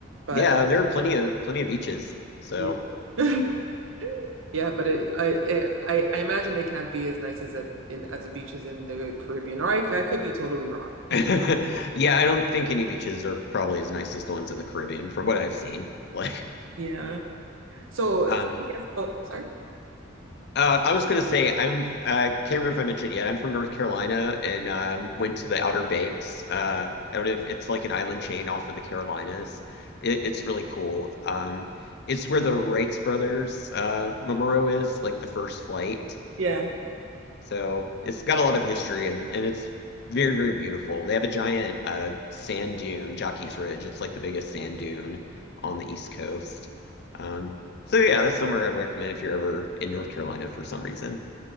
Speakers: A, on the right; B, on the left.
A: But
B: Yeah, there are plenty of plenty of beaches. So
A: Yeah. <laughs> Yeah, but it, I, it, I I imagine they can't be as nice as at in as the beaches in the Caribbean, or I, I could be totally wrong.
B: <laughs> yeah, I don't think any beaches are probably as nice as the ones in the Caribbean from what I've seen. <laughs> Like
A: Yeah. So, let
B: um
A: me ask- oh, sorry.
B: Uh, I was gonna say I'm uh, can't remember if I mentioned it yet. I'm from North Carolina and um, went to the Outer Banks. Uh, I don't know if it's like an island chain off of the Carolinas. It, it's really cool. Um, it's where the Wrights brothers uh, memorial is, like the first flight.
A: Yeah.
B: So it's got a lot of history and and it's very very beautiful. They have a giant uh, sand dune, Jockey's Ridge. It's like the biggest sand dune on the East Coast. Um, so yeah, that's somewhere I'd recommend if you're ever in North Carolina for some reason.